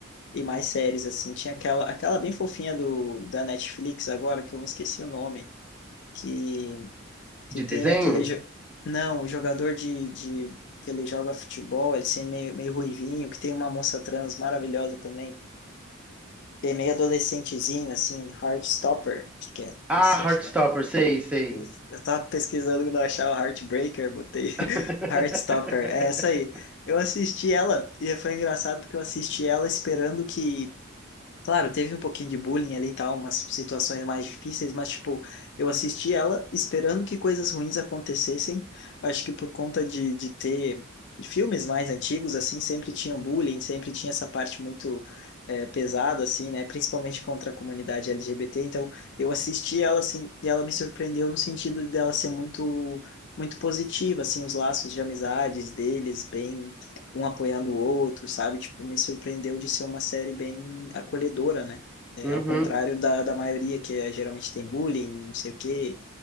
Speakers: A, on the left; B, in the centre.
A: E mais séries, assim. Tinha aquela, aquela bem fofinha do, da Netflix agora, que eu me esqueci o nome que que
B: De
A: tem
B: desenho?
A: aquele. jo- Não, o jogador de, de que ele joga futebol, ele assim, meio, meio ruivinho, que tem uma moça trans maravilhosa também. Que é meio adolescentezinho, assim, Heartstopper, acho que é.
B: Ah,
A: Esse,
B: Heartstopper,
A: acho que é.
B: sei, sei.
A: Esse. Eu tava pesquisando que não achava Heartbreaker, botei <laughs>
B: <laughs>
A: Heartstopper, é essa aí. Eu assisti ela e foi engraçado porque eu assisti ela esperando que Claro, teve um pouquinho de bullying ali e tal, umas situações mais difíceis, mas, tipo, eu assisti ela esperando que coisas ruins acontecessem. Acho que por conta de, de ter filmes mais antigos, assim, sempre tinha um bullying, sempre tinha essa parte muito eh, pesada, assim, né? Principalmente contra a comunidade LGBT. Então, eu assisti ela, assim, e ela me surpreendeu no sentido dela ser muito, muito positiva, assim, os laços de amizades deles, bem um apoiando o outro, sabe? Tipo, me surpreendeu de ser uma série bem acolhedora, né? É,
B: Uhum.
A: ao contrário da, da maioria, que é, geralmente tem bullying, não sei o quê.